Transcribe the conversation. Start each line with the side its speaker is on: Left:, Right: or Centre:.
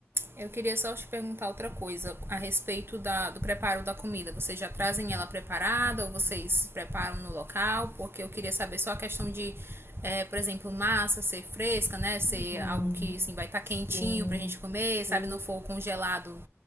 Right: Eu queria só te perguntar outra coisa a respeito da, do preparo da comida. Vocês já trazem ela preparada ou vocês preparam no local? Porque eu queria saber só a questão de, é, por exemplo, massa ser fresca, né? Ser
Left: Uhum.
Right: algo que assim, vai estar quentinho
Left: Sim,
Right: pra gente comer,
Left: sim.
Right: sabe? Não for congelado.